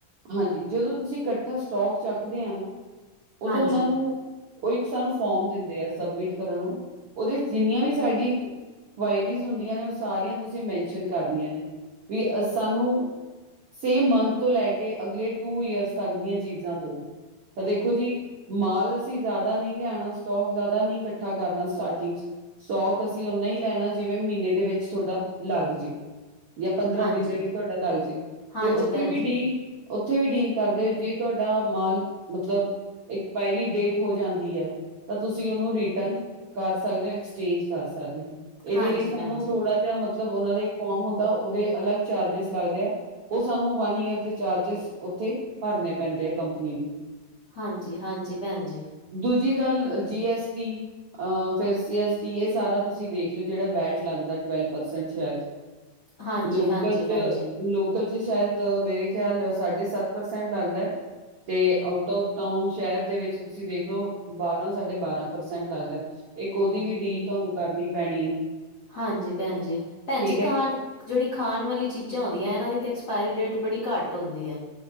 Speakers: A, on the right; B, on the left.
A: ਹਾਂਜੀ ਜਦੋਂ ਤੁਸੀਂ ਇਕੱਠਾ ਸਟੋਕ ਚੱਕਦੇ ਆ ਨਾ ਉਦੋਂ
B: ਹਾਂਜੀ
A: ਉਹਨਾਂ ਨੂੰ ਉਹ ਇੱਕ ਸਾਨੂੰ ਫੋਮ ਦਿੰਦੇ ਆ ਸਬਮਿਟ ਕਰਨ ਨੂੰ, ਉਹਦੇ ਚ ਜਿੰਨੀਆਂ ਵੀ ਸਾਡੀ ਕੁਆਇਰੀ ਹੁੰਦੀਆਂ ਨੇ ਉਹ ਸਾਰੀਆਂ ਤੁਸੀਂ ਮੈਨਸ਼ਨ ਕਰਨੀਆਂ ਨੇ, ਵੀ ਸਾਨੂੰ ਸੇਮ ਮੰਥ ਤੋਂ ਲੈ ਕੇ ਅਗਲੇ ਟੂ ਈਅਰਸ ਤੱਕ ਦੀਆਂ ਚੀਜ਼ਾਂ ਦੋ, ਤਾਂ ਦੇਖੋ ਜੀ ਮਾਲ ਅਸੀਂ ਜ਼ਿਆਦਾ ਨਹੀਂ ਲਿਆਉਣਾ, ਸਟੋਕ ਜ਼ਿਆਦਾ ਨਹੀਂ ਇਕੱਠਾ ਕਰਨਾ ਸਟਾਰਟਿੰਗ ਚ। ਸਟੋਕ ਅਸੀਂ ਓਨਾ ਹੀ ਲੈਣਾ, ਜਿਵੇਂ ਮਹੀਨੇ ਦੇ ਵਿੱਚ ਤੁਹਾਡਾ ਲੱਗ ਜੇ। ਜਾਂ ਪੰਦਰਾਂ
B: ਹਾਂਜੀ
A: ਦਿਨ ਦੇ ਵਿੱਚ ਤੁਹਾਡਾ ਲੱਗ ਜੇ,
B: ਹਾਂਜੀ
A: ਤੇ ਉੱਥੇ
B: ਭੈਣ
A: ਵੀ
B: ਜੀ
A: ਡੀਲ ਉੱਥੇ ਵੀ ਡੀਲ ਕਰਦੇ ਜੇ ਤੁਹਾਡਾ ਮਾਲ ਮਤਲਬ ਐਕਸਪਾਇਰੀ ਡੇਟ ਹੋ ਜਾਂਦੀ ਆ। ਤਾਂ ਤੁਸੀਂ ਉਹਨੂੰ ਰਿਟਰਨ ਕਰ ਸਕਦੇ, ਐਕਸਚੇਂਜ ਕਰ ਸਕਦੇ ਓ। ਇਹਦੇ
B: ਹਾਂਜੀ
A: ਲਈ ਸਾਨੂੰ
B: ਭੈਣ ਜੀ
A: ਥੋੜ੍ਹਾ ਜਿਹਾ ਮਤਲਬ ਉਹਨਾਂ ਦਾ ਇੱਕ ਫੋਮ ਹੁੰਦਾ, ਉਹਦੇ ਅਲੱਗ ਚਾਰਜਿਸ ਲੱਗਦੇ ਆ। ਉਹ ਸਾਨੂੰ ਵਨ ਈਅਰ ਦੇ ਚਾਰਜਿਸ ਉੱਥੇ ਭਰਨੇ ਪੈਂਦੇ ਆ ਕੰਪਨੀ ਨੂੰ।
B: ਹਾਂਜੀ ਹਾਂਜੀ ਭੈਣ ਜੀ।
A: ਦੂਜੀ ਗੱਲ ਜੀ ਐਸ ਟੀ ਫਿਰ ਸੀ ਐਸ ਟੀ ਇਹ ਸਾਰਾ ਤੁਸੀਂ ਦੇਖ ਲਓ ਜਿਹੜਾ ਵੈਟ ਲੱਗਦਾ ਟਵੈਲਵ ਪ੍ਰਸੈਂਟ ਸ਼ਾਇਦ।
B: ਹਾਂਜੀ
A: ਲੋਕਲ
B: ਹਾਂਜੀ
A: ਚ
B: ਭੈਣ ਜੀ
A: ਲੋਕਲ ਚ ਸ਼ਾਇਦ ਮੇਰੇ ਖਿਆਲ ਸਾਢੇ ਸੱਤ ਪਰਸੈਂਟ ਲੱਗਦਾ ਐ। ਤੇ ਆਊਟ ਔਫ ਟਾਊਨ ਸ਼ਹਿਰ ਦੇ ਵਿੱਚ ਤੁਸੀਂ ਦੇਖ ਲੋ ਬਾਰਾਂ ਸਾਢੇ ਬਾਰਾਂ ਪ੍ਰਸੈਂਟ ਲੱਗਦਾ। ਇੱਕ ਉਹਦੀ ਵੀ ਡੀਲ ਤੁਹਾਨੂੰ ਕਰਨੀ ਪੈਣੀ ਆ।
B: ਹਾਂਜੀ ਭੈਣ ਜੀ, ਭੈਣ
A: ਠੀਕ
B: ਜੀ
A: ਹੈ
B: ਕਹਾਣ ਜਿਹੜੀ ਖਾਣ ਵਾਲੀ ਚੀਜ਼ਾਂ ਹੁੰਦੀਆਂ ਐ, ਇਹਨਾਂ ਦੀ ਤਾਂ ਐਕਸਪਾਇਰੀ ਡੇਟ ਬੜੀ ਘੱਟ ਹੁੰਦੀ ਐ।